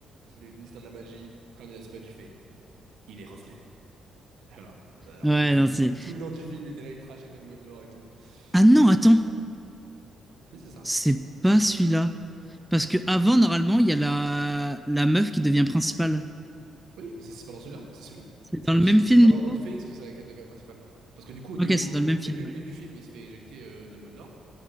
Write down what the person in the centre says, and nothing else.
Ouais,
non, c'est.
Ah non,
attends,
c'est pas celui-là. Parce que avant, normalement, il y a la... la meuf qui devient principale.
C'est
dans
le même
film,
du coup?
Ok,
c'est dans
le même film.
Ouais,